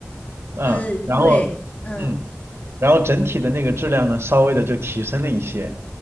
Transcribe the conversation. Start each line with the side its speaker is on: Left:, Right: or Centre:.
Right: 嗯，
Left: 呃，
Right: 然后嗯，
Left: 对，嗯。
Right: 然后整体的那个质量呢，稍微的就提升了一些